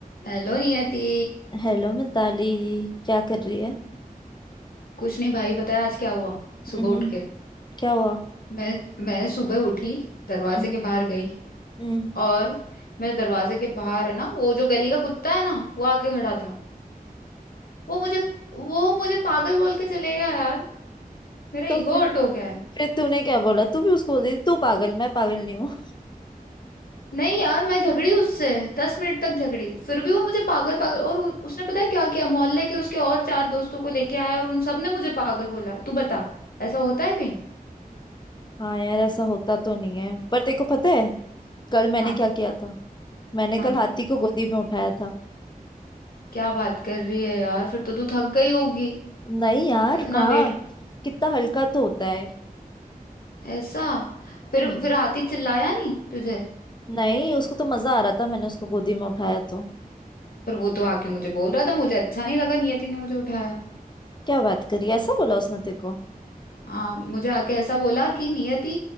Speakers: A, on the left; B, on the left.
A: Hello Niyati
B: हेलो मिताली क्या कर रही है
A: कुछ नहीं भाई पता है आज क्या हुआ सुबह
B: हम्म
A: उठ के
B: क्या हुआ
A: मैं मैं सुबह उठी दरवाजे
B: हम्म
A: के बाहर गई
B: हम्म
A: और मेरे दरवाजे के बाहर है ना वो जो गली का कुत्ता है ना वो आके खड़ा था वो मुझे वो मुझे पागल बोल के चले गया यार मेरा
B: तो फिर
A: ईगो हर्ट हो गया है
B: फिर तूने क्या बोला तू भी उसको बोल रही थी, तू पागल मैं पागल नहीं हूँ
A: नहीं यार मैं झगड़ी उससे दस मिनट तक झगड़ी फिर भी वो मुझे पागल पागल और उ- उसने पता है क्या किया मोहल्ले के उसके और चार दोस्तों को लेके आया और उन सब ने मुझे पागल बोला तू बता ऐसा होता है कहीं
B: <laughs> हाँ यार ऐसा होता तो नहीं है पर तेरे को पता है कल मैंने
A: हाँ
B: क्या किया था मैंने
A: हाँ।
B: कल हाथी को गोदी में उठाया था
A: क्या बात कर रही है यार फिर तो तू थक गई होगी
B: नहीं यार
A: इतना
B: कहाँ
A: वेट
B: कितना हल्का तो होता है
A: ऐसा फिर
B: हम्म
A: फिर हाथी चिल्लाया नहीं तुझे
B: नहीं उसको तो मजा आ रहा था मैंने उसको गोदी में उठाया तो
A: पर वो तो आके मुझे बोल रहा था मुझे अच्छा नहीं लगा नियति ने मुझे उठाया
B: क्या बात करी ऐसा बोला उसने तेरे को
A: हाँ मुझे आके ऐसा बोला कि नियति